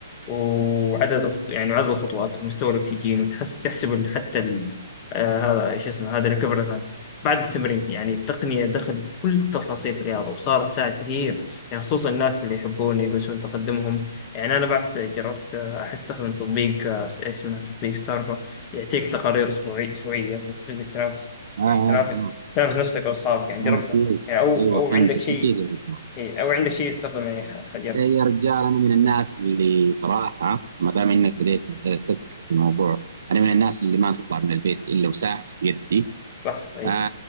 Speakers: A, on the left; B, on the right.
A: وعدد الخ- يعني عدد الخطوات ومستوى الأكسجين وتحس تحسب حتى ال... آه هذا ايش اسمه هذا ريكفري تايم بعد التمرين يعني التقنية دخلت كل تفاصيل الرياضة وصارت تساعد كثير يعني خصوصا الناس اللي يحبون يقيسون تقدمهم يعني أنا بعد جربت آه، أحس أستخدم تطبيق آه، اسمه تطبيق ستارفا يعطيك تقارير أسبوعية أسبوعية وتجد تنافس
B: آه آه
A: يعني تنافس
B: آه
A: تنافس نفسك وأصحابك يعني
B: آه،
A: جربت
B: أكيد
A: أو
B: أيوه
A: أو
B: فهمتك
A: عندك شيء
B: أكيد يا رجال
A: إيه، أو عندك شيء تستخدمه يعني ح- حاجات
B: إيه، يا رجال أنا من الناس اللي صراحة ما دام إنك بديت تذكر في الموضوع أنا من الناس اللي ما تطلع من البيت إلا وساعتي في يدي
A: صح أي
B: آه